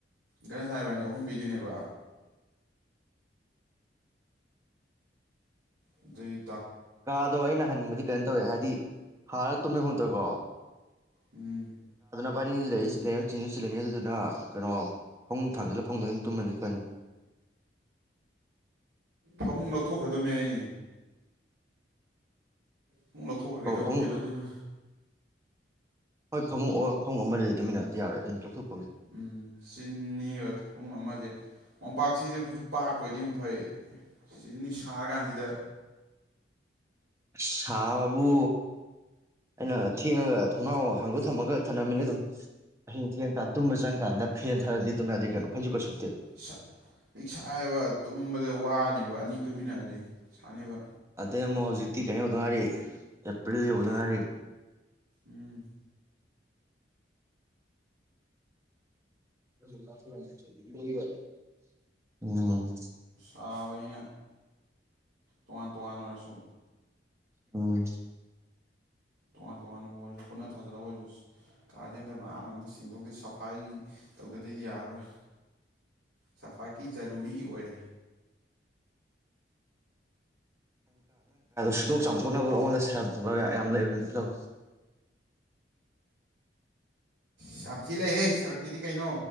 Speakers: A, on the right; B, on the right.
A: ꯒꯥꯅꯖꯤꯠ ꯏꯕꯥꯅꯤ ꯑꯍꯨꯝ ꯄꯤꯗꯣꯏꯅꯦꯕ ꯑꯗꯨꯗꯤ
B: ꯀꯥꯗꯣ ꯑꯩꯅ ꯍꯪꯅꯤꯡꯕꯗꯤ ꯀꯩꯅꯝ ꯇꯧꯋꯦ ꯍꯥꯏ ꯍꯥꯏꯗꯤ ꯍꯥꯔ ꯇꯨꯝꯃꯦ ꯍꯨꯗ꯭ꯔꯀꯣ
A: ꯎꯝ
B: ꯏꯕꯥꯅꯤ ꯂꯩ ꯂꯩꯔ ꯆꯤꯜꯁꯨ ꯆꯤꯜꯂꯅꯤ ꯑꯗꯨꯗꯨꯅ ꯀꯩꯅꯣ ꯐꯥꯃꯨꯡ ꯊꯥꯡꯁꯤꯜꯂ ꯐꯥꯃꯨꯡꯗꯑꯣꯏꯅ ꯇꯨꯝꯃꯅꯤ ꯐꯅꯤ
A: ꯐꯃꯨꯡ ꯂꯧꯊꯣꯛꯈ꯭ꯔꯗꯕꯅꯦ ꯑꯩ ꯐꯃꯨꯡ ꯂꯧꯊꯣꯛꯈ꯭ꯔꯒꯦ
B: ꯑꯣ
A: ꯇꯧꯅꯤ
B: ꯐꯃꯨꯡ
A: ꯀꯩꯗꯧꯗꯣꯏꯅꯣ
B: ꯍꯣꯏ ꯐꯥꯃꯨꯡ ꯐꯥꯃꯨꯡ ꯑꯃꯗꯗꯤ ꯇꯨꯃꯤꯟꯅꯕꯗꯤ ꯌꯥꯔꯣꯏ ꯑꯗꯨꯅ ꯂꯧꯊꯣꯛꯄ
A: ꯎꯝ ꯆꯤꯅꯤꯕ ꯐꯥꯃꯨꯡ ꯑꯃꯖꯦ ꯃꯣꯝꯄꯥꯛꯁꯤꯗꯁꯨ ꯄꯥꯛꯄ ꯑꯣꯏꯗꯤ ꯑꯃ ꯐꯩ ꯆꯤꯟꯅꯤ ꯁꯥꯔ ꯀꯥꯟꯁꯤꯗ
B: ꯁꯕꯥꯕꯨ ꯑꯩꯅ ꯊꯦꯡꯉꯒ ꯊꯣꯡꯅꯥꯎꯒ ꯍꯥꯡꯗꯣꯛ ꯊꯝꯃꯒ ꯊꯅꯝꯃꯤꯅꯦ ꯑꯗꯨꯝ ꯑꯍꯤꯡ ꯊꯦꯡꯉꯀꯥꯟ ꯇꯨꯝꯕ ꯆꯪꯀꯥꯟꯗ ꯐꯦꯟ ꯊꯗ꯭ꯥꯔꯗꯤ ꯇꯨꯝ ꯌꯥꯗꯦ ꯀꯩꯅꯣ ꯐꯩꯖꯨꯝꯀꯥ ꯁꯨꯞ
A: ꯁꯥꯏ ꯁꯥꯏꯌꯦꯕ ꯇꯨꯝꯕꯗ ꯋꯥꯅꯤꯕ ꯑꯗꯨꯒ ꯑꯅꯤ ꯇꯨꯃꯤꯟꯅꯛꯔꯗꯤ ꯁꯥꯥꯅꯤꯕ
B: ꯑꯗꯩ ꯑꯃꯨꯛ ꯍꯧꯖꯤꯛꯇꯤ ꯀꯩꯅꯣ ꯌꯧꯗ ꯉꯥꯏꯔꯤ ꯑꯦꯄ꯭ꯔꯤꯜ ꯌꯧꯗ ꯉꯥꯏꯔꯤ
A: ꯎꯝ
B: <unintelligible>
A: ꯇꯥꯕꯅꯤꯅ ꯇꯣꯉꯥꯟ ꯇꯣꯉꯥꯟ ꯑꯣꯏꯔꯁꯨ
B: ꯎꯝ
A: ꯇꯣꯉꯥꯟ ꯇꯣꯉꯥꯟꯕꯕꯨ ꯑꯣꯏꯔꯁꯨ ꯄꯨꯟꯅ ꯊꯥꯖꯜꯂꯒ ꯑꯣꯏꯔꯁꯨ ꯀꯥꯥꯁꯦ ꯑꯝꯇ ꯃꯌꯥꯝ ꯑꯃꯇ ꯁꯦꯡꯗꯣꯛꯇꯦ ꯁꯐꯥꯏꯒꯤ ꯇꯧꯗꯗꯤꯗꯤ ꯌꯥꯔꯔꯣꯏ ꯁꯐꯥꯏꯀꯤ ꯖꯔꯨꯔꯤ ꯑꯣꯏꯔꯦ
B: ꯁꯨꯗꯣꯛ ꯆꯥꯝꯊꯣꯛ ꯈꯔ ꯑꯣꯗ ꯁꯦꯔꯥꯟ ꯇꯨꯔꯥꯟ <unintelligible> ꯌꯥꯝ ꯂꯩꯕꯅꯤ ꯂꯧ
A: ꯁꯥꯥꯟꯊꯤ ꯂꯩꯍꯦ ꯁꯔꯛꯀꯤꯗꯤ ꯀꯩꯅꯣ